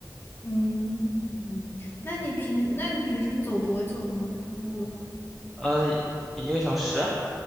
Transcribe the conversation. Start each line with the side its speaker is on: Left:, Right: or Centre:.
Left: 嗯，那你平那你平时走多久呢？徒步的话，
Centre: 呃，一个小时啊？